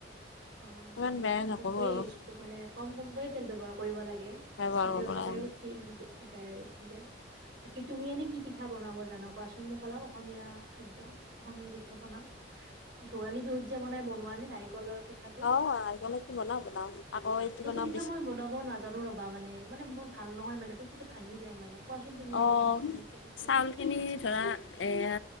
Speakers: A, on the right; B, on the left.
A: অ
B: ইমান বেয়া
A: কম
B: নকৰো
A: কম কৈ
B: আৰু
A: মানে কম কম কৈ তেল ব্যৱহাৰ কৰিব লাগে
B: ব্যৱহাৰ
A: যাতে
B: কৰিব
A: কাপেৰে
B: লাগে
A: উঠি মানে যাই আৰু ঠিক যায় বাক তুমি এনে কি পিঠা বনাব জানা কোৱাচোন মোক অলপ অসমীয়া খাদ্য অসমীয়া পিঠা পনা ভোগালী বিহুত যে বনাই বনোৱা নে নাৰিকলৰ পিঠাটো
B: অ নাৰিকলৰ কি বনাও বনাও আকৌ এইটো
A: সেইটো
B: বনাও
A: পিঠা
B: বিচ
A: মই বনাব নাজানো ৰ'বা মানে মানে মোৰ ভাল নহয় মানে পিঠাটো ভাঙি যায় মানে, কোৱাচোন তুমি
B: অ
A: অলপ মোক মানে কেনেকৈ
B: চাউলখিনি ধৰা এয়া